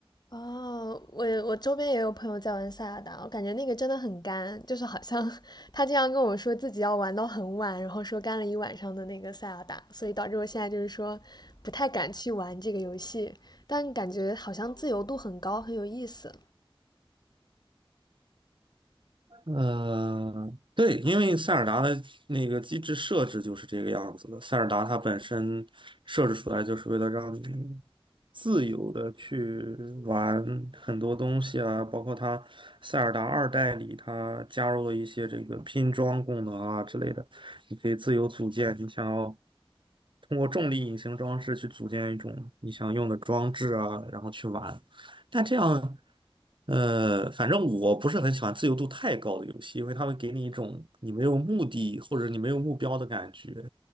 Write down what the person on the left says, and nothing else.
哦，我我周边也有朋友在玩塞尔达，我感觉那个真的很干，就是好像 <laughs> 他经常跟我说自己要玩到很晚，然后说干了一晚上的那个塞尔达，所以导致我现在就是说不太敢去玩这个游戏，但感觉好像自由度很高，很有意思。